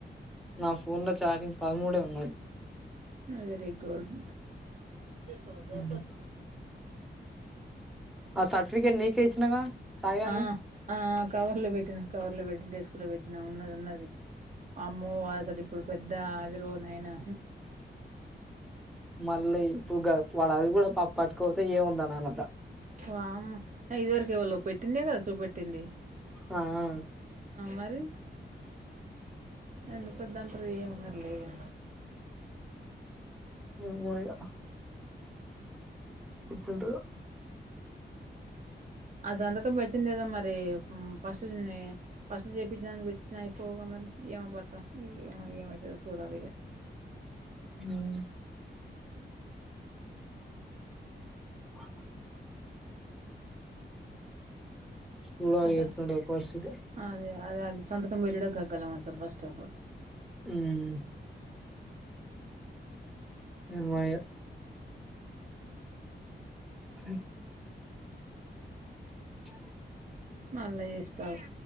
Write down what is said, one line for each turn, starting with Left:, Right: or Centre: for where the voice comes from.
Centre: నా ఫోన్ లో చార్జింగ్ పదమూడే ఉం మరి
Right: వెరీ గుడ్ బంద్ చేసినావా గ్యాస్
Centre: హ్మ్.
Right: వస్తుంది <unintelligible>
Centre: ఆ సర్టిఫికేట్ నీకే ఇచ్చినగా సాయి గాంది
Right: ఆ ఆ కవర్లు పెట్టిన కవర్ లో పెట్టి డెస్క్ లో పెట్టినా ఉన్నది ఉన్నది అమ్మో అసలు ఇప్పుడు పెద్ద అదిరో నాయనా
Centre: మళ్ళీ ఇప్పుగ వాడు అది కూడా ప్ ప్పట్టుకోతే ఏముందని అనాలంట
Right: వామ్మో ఇది వరకు ఎవళ్ళో లో పెట్టిందే కద చుపట్ ట్టింది
Centre: ఆ ఆ
Right: మరి ఎందుకొద్దాంటరు ఎమన్నార్లే ఇగ
Centre: మీ వోళ్ళు ఇప్పుడు
Right: ఆ సంతకం పెట్టిందేదో మరి మ్ ఫస్ట్ ని ఫస్ట్ చేపించిని పెట్టించిన అయిపోగా మరి ఏమ భర్త ఏమవుతుందో చూడాలి ఇగ
Centre: ఉమ్ వా చూడాలి
Right: అస
Centre: ఎట్లుందో పరిస్థితి
Right: అదే అదే అం సంతకం పెట్టడం గగ్గలం అసలు ఫస్ట్ ఆ పాపక్
Centre: ఉమ్ అమ్మయ అ ఆ
Right: మళ్ళ చేస్త ఆగు